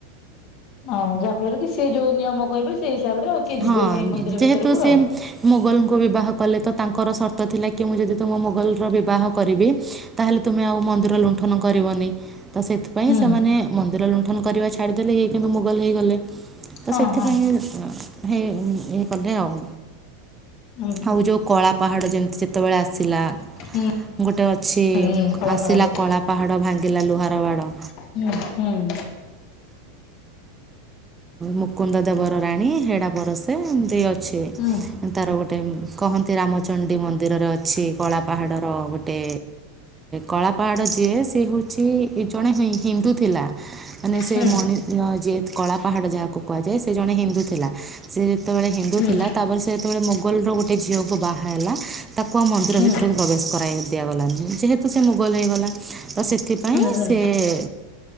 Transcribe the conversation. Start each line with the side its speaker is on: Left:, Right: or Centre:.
Left: ଅ ହଁ ଯାହାଫଳରେ କି ସିଏ ଯୋଉ ନିୟମ କହିବେ ସେଇ ହିସାବରେ ଆଉ କିଏ ଯିବେନି
Right: ହଁ
Left: ମନ୍ଦିର
Right: ଯେହେତୁ
Left: ଭିତରକୁ
Right: ସେ
Left: ଆଉ।
Right: ମୋଗଲଙ୍କୁ ବିବାହ କଲେ ତ ତାଙ୍କର ସର୍ତ୍ତ ତ ଥିଲା କି ମୁଁ ଯଦି ତୁମ ମୋଗଲର ବିବାହ କରିବି ତାହେଲେ ତୁମେ ଆଉ ମନ୍ଦିର ଲୁଣ୍ଠନ କରିବନି ତ ସେଥିପାଇଁ
Left: ହୁଁ
Right: ସେମାନେ ମନ୍ଦିର ଲୁଣ୍ଠନ କରିବା ଛାଡ଼ିଦେଲେ ଇଏ କିନ୍ତୁ ମୁଗଲ ହେଇଗଲେ। ତ
Left: ହଁ
Right: ସେଥିପାଇଁ
Left: ହଁ
Right: ହେ ଇଏ କଲେ ଆଉ।
Left: ହୁଁ
Right: ଆଉ ଯୋଉ କଳାପାହାଡ ଯେମ ତେବେଳେ ଆସିଲା
Left: ହୁଁ
Right: ଗୋଟେ ଅଛି
Left: ହୁଁ କଳା
Right: ଆସିଲା
Left: ପାହାଡରେ
Right: କଳାପାହାଡ ଭାଙ୍ଗ ଗିଲା ଲୁହାରବାଡ଼
Left: ହୁଁ ହୁଁ।
Right: ମୁକୁନ୍ଦ ଦେବର ରାଣୀ ହେଡା ପରସେ ଏମତି ଅ ଛି
Left: ହୁଁ
Right: ତାର ଗୋଟେ ଗୋଟେ କହନ୍ତି ରାମଚଣ୍ଡୀ ମନ୍ଦିରରେ ଅଛି କଳାପାହାଡ଼ର ଗୋଟେ କଳା କଳାପାହାଡ ଯିଏ ସେ ହଉଛି ଜଣେ ହିନ୍ଦୁ ଥିଲା ମାନେ ସେ
Left: ହୁଁ ହୁଁ
Right: ମଣି ଯେ ହେତୁ କଳାପାହାଡ ଯାହାକୁ କୁହାଯାଏ ସେ ଜଣେ ହିନ୍ଦୁ ଥିଲା ସେ ଯେତେବେଳେ ହିନ୍ଦୁ
Left: ହୁଁ
Right: ଥିଲା ତାପରେ ସେ ଯେତେବେଳେ ମୋଗଲର ଗୋଟେ ଝିଅକୁ ବାହା ହେଲା ତାକୁ ଆଉ ମନ୍ଦିର
Left: ହୁଁ
Right: ଭିତକୁ ପ୍ରବେଶ କର ଦିଆଗଲାନି ବୁଝି ଯେହେତୁ ସେ ମୋଗଲ ହୋଇଗଲା ତ ସେଥିପାଇଁ
Left: ହୁଁ
Right: ସେଏଏ